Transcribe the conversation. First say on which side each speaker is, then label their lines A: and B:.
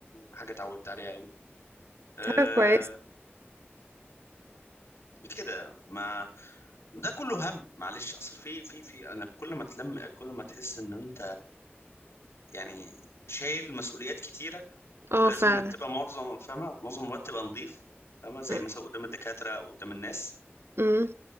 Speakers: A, on the left; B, on the right.
A: حاجه اتعودت عليها قوي أه
B: حاجة كويسة.
A: كده ما ده كله هم معلش اصل في في في انا كل ما تلم كل ما تحس ان انت يعني شايل مسؤوليات كتيره
B: آه
A: ولازم
B: فعلًا.
A: انك تبقى معظم فاهمه معظم الوقت تبقى نظيف فاهمه زي
B: إمم.
A: مثلا قدام الدكاتره او قدام الناس
B: إمم.